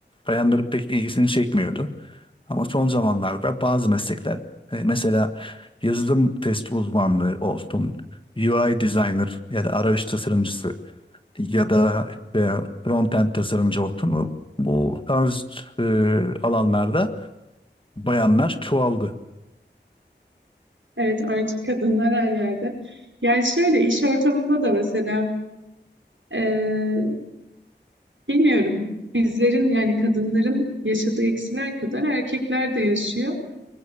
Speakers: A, on the left; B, on the right.
A: bayanların pek ilgisini çekmiyordu. Ama son zamanlarda bazı meslekler e, mesela yazılım test uzmanlığı olsun, UI designer ya da arayüz tasarımcısı ya da e, frontend tasarımcı olsun. Bu, bu tarz e, alanlarda bayanlar çoğaldı.
B: Evet artık kadınlar her yerde. Yani şöyle iş ortamında da mesela Ee, bilmiyorum. Bizlerin yani kadınların yaşadığı eksiler kadar erkekler de yaşıyor.